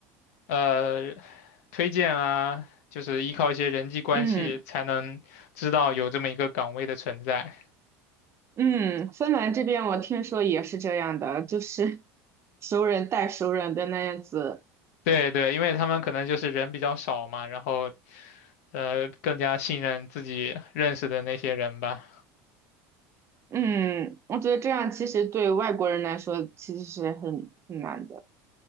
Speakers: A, on the left; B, on the right.
A: 呃推荐啊，就是依靠一些人际关系才能知道有这么一个岗位的存在。
B: 嗯嗯，芬兰这边我听说也是这样的，就是熟人带熟人的那样子。
A: 对对，因为他们可能就是人比较少嘛，然后呃更加信任自己认识的那些人吧。
B: 嗯，我觉得这样其实对外国人来说其实是很很难的。